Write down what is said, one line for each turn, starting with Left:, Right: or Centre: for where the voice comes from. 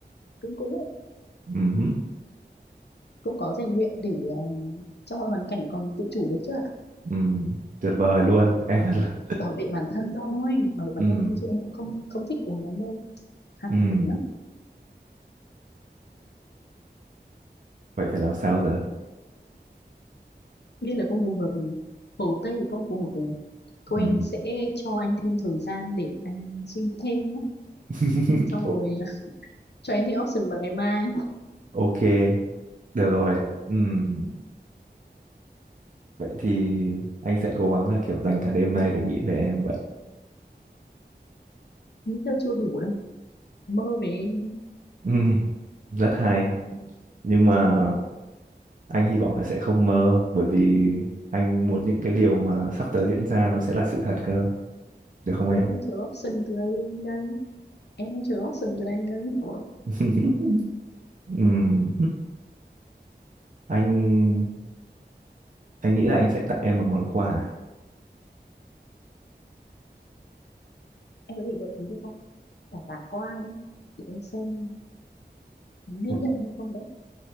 Left: cũng cũng
Right: Ừm,
Left: cũng có rèn luyện để um, trong mọi hoàn cảnh còn tự chủ được chứ ạ
Right: ừm, tuyệt vời luôn em <laughs> là
Left: bảo vệ bản thân thôi bảo vệ bản
Right: Ừm,
Left: thân thôi chứ em cũng không không thích uống lắm đâu hạng
Right: ừm,
Left: nhé
Right: vậy phải làm sao giờ
Left: bia là không phù hợp hồ tây thì không phù hợp rồi thôi
Right: Ừm.
Left: anh sẽ cho anh thêm thời gian để anh suy nghĩ thêm nhé
Right: <laughs>
Left: xong rồi
Right: O-
Left: à, cho em thêm option vào ngày mai
Right: ok được rồi Ừm, vậy thì anh sẽ cố gắng là kiểu dành cả đêm nay để nghĩ về em vậy
Left: nghĩ tôi chưa đủ đâu mơ về em đi
Right: Ừm, rất hay nhưng mà anh hy vọng là sẽ không mơ bởi vì anh muốn những cái điều mà sắp tới diễn ra nó sẽ là sự thật cơ được không
Left: Chị
Right: em
Left: ấy lên chờ option từ đây đây em đang chờ option cho anh đây wow.
Right: <laughs> Ừm, anh anh nghĩ là anh sẽ tặng em một món quà
Left: em có thể gợi ý được không tả tả qua đi để em xem nên
Right: một,
Left: nhận hay không đấy